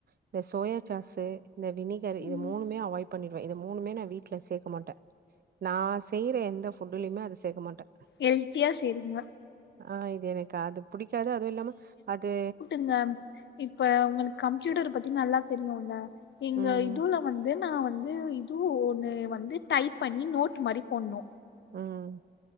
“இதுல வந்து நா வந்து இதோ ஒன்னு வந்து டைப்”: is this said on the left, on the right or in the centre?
Left